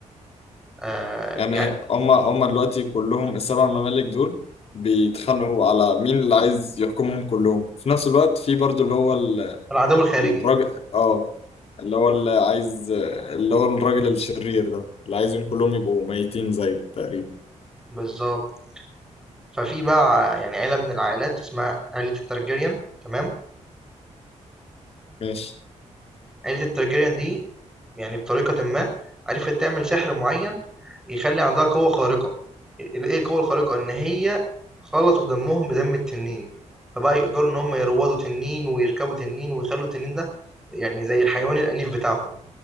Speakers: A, in the centre; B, on the left.
A: آآ
B: يعني
A: يعني
B: هما هما دلوقتي كلهم السبع ممالك دول بيتخانقوا على مين اللي عايز يحكمهم كلهم في نفس الوقت في برضو اللي هو ال-
A: العدو الخارجي،
B: الراجل اه اللي هو اللي عايز اللي هو الراجل الشرير ده اللي عايزهم كلهم يبقوا ميتين زيه تقريبا
A: بالضبط. ففي بقى ع يعني عيلة من العائلات اسمها عيلة الTargaryen تمام؟
B: ماشي
A: عيلة التارجيريان دي يعني بطريقة ما عرفت تعمل سحر معين يخلي عندها قوة خارقة ال- ايه القوة الخارقة ان هي خلطوا دمهم بدم التنين فبقى يقدروا ان هم يروضوا تنين ويركبوا تنين ويخلوا التنين ده يعني زي الحيوان الأليف بتاعهم